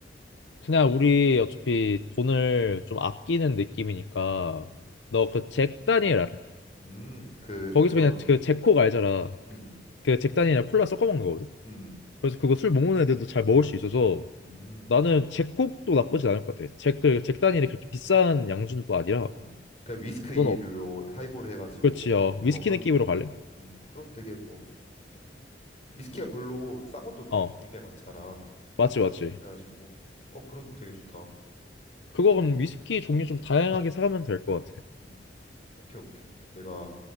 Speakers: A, on the left (about 85°); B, on the left (about 40°).
A: 그냥 우리 어차피 돈을 좀 아끼는 느낌이니까
B: 음,
A: 너 그 잭 다니엘 알아?
B: 음, 그
A: 거기서
B: 그런,
A: 그냥 그 잭콕 알잖아
B: 음,
A: 그 잭 다니엘이랑 콜라 섞어 먹는 거거든
B: 음,
A: 그래서 그거 술 못 먹는 애들도 잘 먹을 수 있어서
B: 음,
A: 나는 잭콕도 나쁘진 않을 것 같아 잭, 그, 잭 다니엘이 그렇게 비싼 양주는 또 아니라
B: 음, 그냥 위스키류로
A: 넌 어,
B: 하이볼 해가지고,
A: 그렇지, 어.
B: 어
A: 위스키
B: 그럼,
A: 느낌으로 갈래?
B: 음, 그럼 되게 뭐 편- 위스키가 별로 싼 것도 굉-
A: 어,
B: 굉장히 많잖아.
A: 맞지, 맞지.
B: 그래가지고, 어 그럼 되게 좋다.
A: 그거 그럼 위스키 종류 좀 다양하게 사가면 될 것 같아.
B: 음, 오케이 오케이. 내가